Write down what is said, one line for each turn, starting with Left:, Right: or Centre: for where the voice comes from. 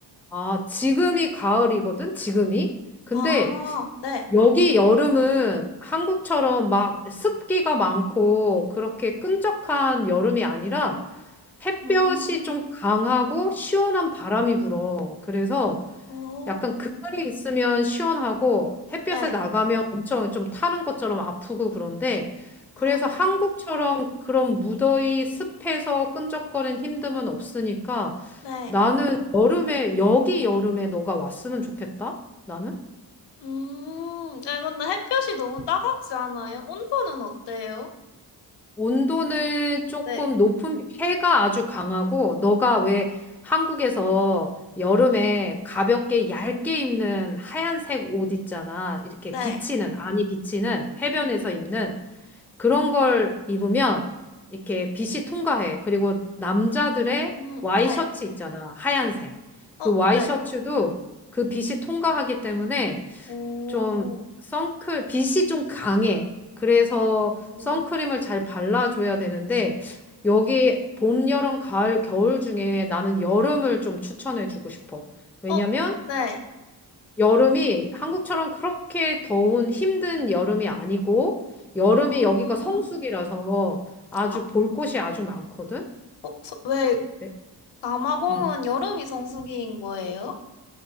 Centre: 아, 지금이 가을이거든? 지금이? 근데
Left: 아, 네.
Centre: 여기 여름은 한국처럼 막 습기가 많고 그렇게 끈적한 여름이 아니라 햇볕이
Left: 음,
Centre: 좀 강하고 시원한 바람이 불어. 그래서
Left: 오,
Centre: 약간 그늘이 있으면 시원하고 햇볕에
Left: 네.
Centre: 나가면 엄청 좀 타는 것처럼 아프고 그런데 그래서
Left: 아,
Centre: 한국처럼 그런 무더위 습해서 끈적거리는 힘듦은 없으니까
Left: 네.
Centre: 나는 여름에 여기 여름에 너가 왔으면 좋겠다. 나는
Left: 음, 아 근데 햇볕이 너무 따갑지 않아요? 온도는 어때요?
Centre: 온도는 조금
Left: 네,
Centre: 높은 해가 아주 강하고 너가 왜 한국에서 여름에 가볍게 얇게 입는 하얀색 옷 있잖아. 이렇게
Left: 네.
Centre: 비치는 아니 비치는 해변에서 입는 그런 걸 입으면 이렇게 빛이 통과해. 그리고 남자들의
Left: 음, 음,
Centre: 와이셔츠
Left: 네.
Centre: 있잖아. 하얀색.
Left: 어,
Centre: 그 와이셔츠도
Left: 네.
Centre: 그 빛이 통과하기 때문에
Left: 오,
Centre: 좀 선크, 빛이 좀 강해. 그래서
Left: 음,
Centre: 선크림을 잘 발라줘야 되는데 여기 봄, 여름, 가을, 겨울 중에 나는 여름을 좀 추천해주고 싶어. 왜냐면
Left: 어, 네.
Centre: 여름이 한국처럼 그렇게 더운 힘든 여름이 아니고 여름이
Left: 음,
Centre: 여기가 성수기라서 아주
Left: 어,
Centre: 볼 곳이 아주 많거든.
Left: 어, 소- 왜
Centre: 네.
Left: 남아공은
Centre: 음.
Left: 여름이 성수기인 거예요?